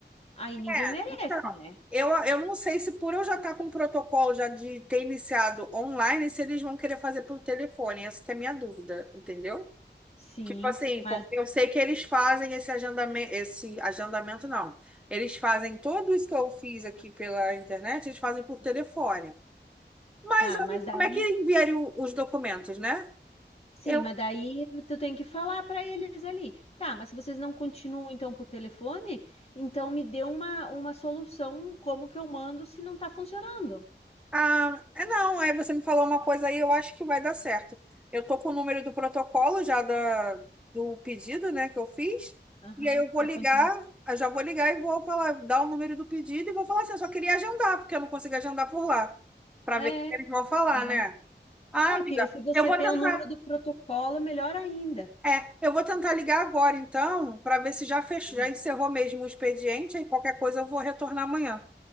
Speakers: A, on the left (about 35°); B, in the centre.
A: Aí ninguém
B: É,
A: merece,
B: então,
A: né?
B: eu, eu não sei se por eu já estar com o protocolo já de ter iniciado online, se eles vão querer fazer pelo telefone. Essa que é a minha dúvida, entendeu?
A: Sim,
B: Tipo assim,
A: mas
B: porque eu sei que eles fazem esse agendamento, esse agendamento não. Eles fazem tudo isso que eu fiz aqui pela internet, eles fazem por telefone. Mas
A: tá,
B: aí
A: mas daí.
B: como é que enviaria o- os documentos, né?
A: Sim,
B: Eu,
A: mas daí tu tem que falar para eles ali. Tá, mas se vocês não continuam então por telefone, então me dê uma, uma solução como que eu mando se não tá funcionando.
B: ah, é não, aí você me falou uma coisa aí, eu acho que vai dar certo. Eu tô com o número do protocolo já da, do pedido, né, que eu fiz,
A: Aham,
B: e aí eu vou
A: da
B: ligar,
A: continuação.
B: eu já vou ligar e vou falar, dar o número do pedido e vou falar assim, eu só queria agendar, porque eu não consigo agendar por lá, para
A: É,
B: ver o que eles vão falar,
A: aham.
B: né? Ah,
A: É
B: amiga,
A: que se você
B: eu vou
A: tem
B: tentar.
A: o número do protocolo, melhor ainda.
B: É, eu vou tentar ligar agora, então, para ver se já fechou,
A: Isso.
B: já encerrou mesmo o expediente. Aí qualquer coisa eu vou retornar amanhã.